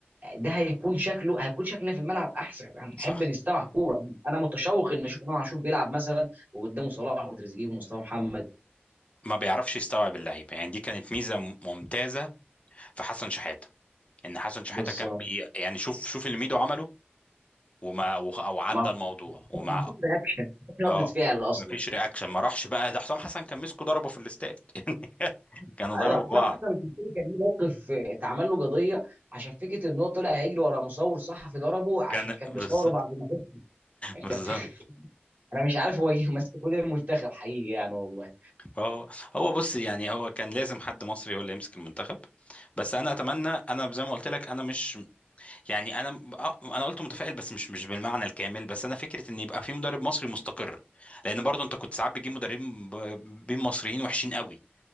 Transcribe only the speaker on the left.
صح
ما بيعرفش يستوعب اللعيبه يعني دي كانت ميزه م- ممتازه في حسن شحاته ان حسن شحاته
كان بي يعني شوف شوف اللي ميدو عمله وما وخ- او عدى
الموضوع وما
اه
مفيش رياكشن ما راحش بقى ده حسام حسن كان مسكه ضربه في الاستاد <laughs> يعني كانوا ضربوا
بعض
كان
بالظبط
بالظبط
هو هو بص يعني هو كان لازم حد مصري هو اللي يمسك المنتخب بس انا اتمنى انا زي ما قلت لك انا مش يعني انا آه، انا قلت متفائل بس مش مش بالمعنى الكامل بس انا فكره ان يبقى في مدرب مصري مستقر لان برضو انت كنت ساعات بتجيب مدربين ب- بين مصريين وحشين قوي